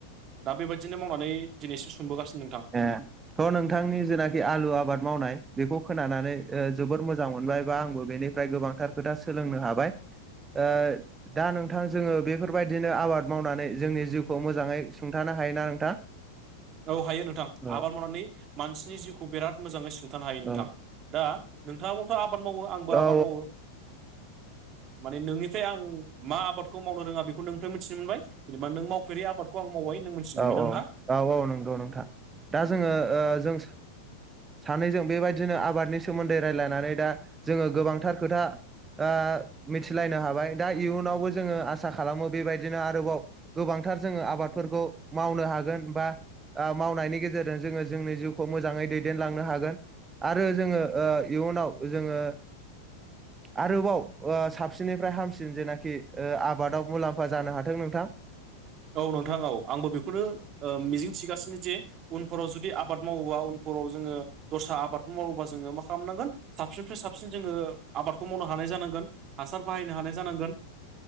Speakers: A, on the right; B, on the right.
A: दा बेबायदिनो मावनानै दिनै एसे सुंबोगासिनो नोंथां।
B: ए थ' नोंथांनि जेनाखि आलु आबाद मावनाय बेखौ खोनानानै ओ जोबोर मोजां मोनबाय बा आंबो बेनिफ्राय गोबांथार खोथा सोलोंनो हाबाय। ओ दा नोंथां जोङो बेफोरबायदिनो आबाद मावनानै जोंनि जिउखौ मोजाङै सुंथाना हायोना नोंथां?
A: औ हायो नोंथां
B: औ
A: आबाद मावनानै मानसिनि जिउखौ बिराद मोजाङै सुं थानो हायो नोंथां
B: औ
A: दा नोंथाङाबोथ' आबाद मावो आंबो आबाद
B: औ
A: मावो। माने नोंनिफ्राय आं मा आबादखौ मावनो रोङा बेखौ नोंनिफ्राय मिथिनो मोनबाय जेनेबा नों मावफेरि आबादखौ आं मावबाय नों मोनथिनो मोनबायना
B: औ
A: नोंथां?
B: औ नंगौ औ नोंथां। दा जोङो ओ जों सानैजों बेबायदिनो आबादनि सोमोन्दै रायजलायनानै दा जोङो गोबांथार खोथा ओ मिथिलायनो हाबाय दा इयुनावबो जोङो आसा खालामो बेबायदिनो आरोबाव गोबां थार जोङो आबादफोरखौ मावनो हागोन बा ओ मावनायनि गेजेरजों जोङो जोंनि जिउ खौ मोजाङै दैदेनलांनो हागोन आरो जोङो ओ इयुनाव जोङो आरोबाव ओ साबसिननिफ्राय हामसिन जेनाखि ओ आबादाव मुलाम्फा जानो हाथों नोंथां।
A: औ नोंथां औ आंबो बेखौनो ओ मिजिं थगासिनो जे उनफोराव जुदि आबाद मावोबा उनफोराव जोङो दस्रा आबादखौ मावोबा जोङो मा खालामनांगोन साबसिननिफ्राय साब साबसिन जोङो आबादखौ मावनो हानाय जानांगोन हासार बाहायनो हानाय जानांगोन